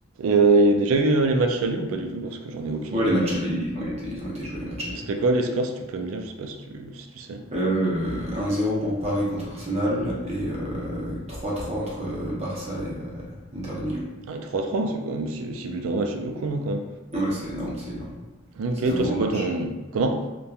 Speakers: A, on the right (about 85°); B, on the right (about 30°).
A: euh, il y a déjà eu euh, les matchs allés ou pas du tout? Parce que j'en ai aucune
B: Ouais,
A: idée.
B: les matchs allés, ils ont été, ils ont été joués les matchs allés.
A: C'était quoi les scores si tu peux me dire? Je sais pas si tu, si tu sais.
B: Euh, 1-0 pour Paris contre Arsenal et euh, trois 3 entre euh, Barça et euh, Inter de Milan.
A: Ah, et trois. 3 c'est quand même six six buts en match, c'est beaucoup, non, quand
B: Ouais, c'est énorme, c'est énorme.
A: même? Ok,
B: C'était un
A: toi
B: gros
A: c'est
B: match.
A: quoi ton... Comment?